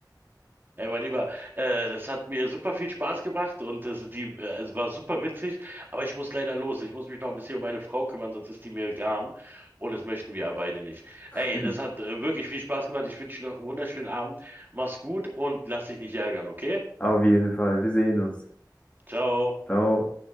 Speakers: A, on the right; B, on the left.
A: Ey, mein Lieber, äh, das hat mir super viel Spaß gemacht und das, die, äh, es war super witzig, aber ich muss leider los. Ich muss mich noch ein bisschen um meine Frau kümmern, sonst ist die mir gram und das möchten wir ja beide nicht.
B: <laughs>
A: Ey, das hat äh, wirklich viel Spaß gemacht. Ich wünsche dir noch einen wunderschönen Abend. Mach's gut und lass dich nicht ärgern, okay?
B: Auf jeden Fall. Wir sehen uns.
A: Ciao.
B: Ciao.